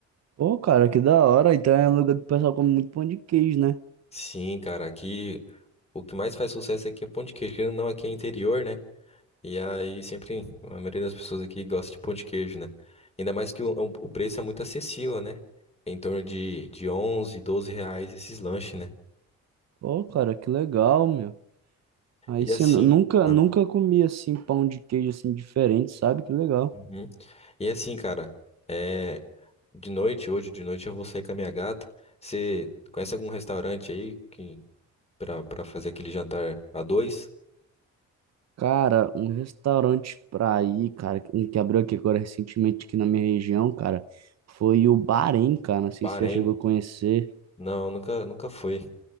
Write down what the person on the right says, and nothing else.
Pô, cara, que da hora. Então é um lugar que o pessoal come muito pão de queijo, né?
Pô, cara, que legal, meu. Aí
você
nu- nunca,
nunca comi assim pão de queijo assim diferente, sabe? Que legal.
Cara, um restaurante pra ir, cara, um que abriu aqui agora recentemente aqui na minha região, cara, foi o Bahrein, cara. Não sei
se você já chegou a conhecer.